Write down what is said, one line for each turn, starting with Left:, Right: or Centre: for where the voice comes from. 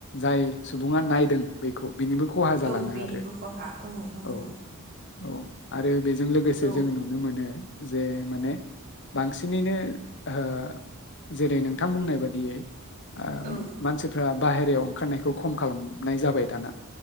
Left: जाय सुबुङा नायदों बेखौ बेनिबो खहा जालाङो
Right: औ बेनिबो
Left: आरो
Right: खहा नंगौ
Left: औ औ आरो बेजों लोगोसे
Right: औ
Left: जोङो नुनो मोनो जे माने बांसिनैनो ओ जेरै नोंथां बुंनाय बायदियै ओ
Right: औ
Left: मानसिफ्रा बाहेरायाव ओंखारनायखौ खम खालामनाय जाबाय दाना।